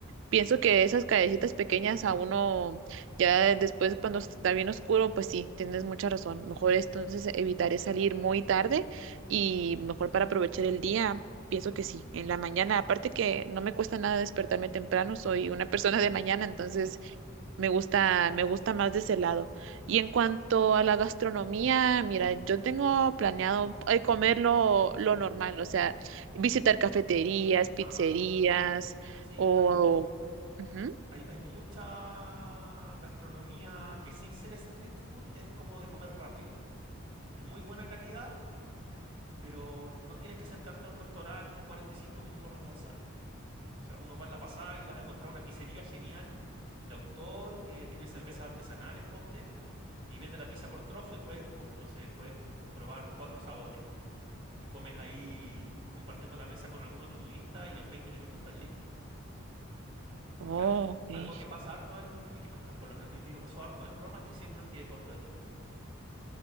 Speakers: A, on the right (about 60°); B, on the right (about 25°).
A: Pienso que esas callecitas pequeñas a uno, ya después cuando está bien oscuro, pues sí, tienes mucha razón. Mejor es, entonces evitaré salir muy tarde y mejor para aprovechar el día, pienso que sí, en la mañana. Aparte que no me cuesta nada despertarme temprano, soy una <laughs> persona de mañana, entonces me gusta, me gusta más de ese lado. Y en cuanto a la gastronomía, mira, yo tengo planeado eh, comer lo, lo normal, o sea, visitar cafeterías, pizzerías
B: Ajá. Sí,
A: o
B: hay,
A: Ujú.
B: hay, hay mucha gastronomía que sin ser street food es como de comer rápido, de muy buena calidad, pero no tienes que sentarte a un restaurante 45 minutos a almorzar. O sea, uno va en la pasada y vas a encontrar una pizzería genial de autor que tiene cervezas artesanales, ponte y vende la pizza por trozo y puedes, co- no sé, puedes probar cuatro sabores. Y comes ahí compartiendo la mesa con algún otro turista y en 20 minutos estás listo. Porque
A: Oh,
B: al-
A: ok.
B: algo que pasa harto en, a mí que me- ah, por lo menos que a mí me pasó harto en Roma es que siempre me quedé corto de tiempo.